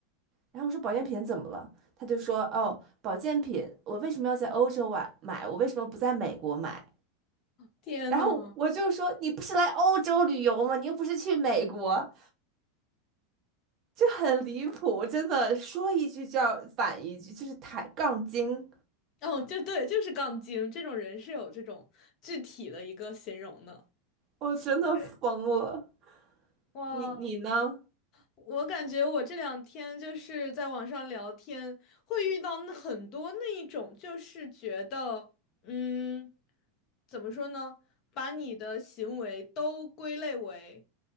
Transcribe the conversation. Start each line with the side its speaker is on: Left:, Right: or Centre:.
Right: 然后我说保健品怎么了？他就说哦，保健品我为什么要在欧洲买买？我为什么不在美国买？
Left: 天呐，
Right: 然后我就说你不是来欧洲旅游吗？你又不是去美国，就很离谱，真的说一句就要反一句，就是抬杠精，
Left: 哦，就对，就是杠精这种人是有这种具体的一个形容的。
Right: 我真的疯了。
Left: 对，哇，
Right: 你你呢？
Left: 我感觉我这两天就是在网上聊天，会遇到那很多那一种，就是觉得，嗯，怎么说呢，把你的行为都归类为，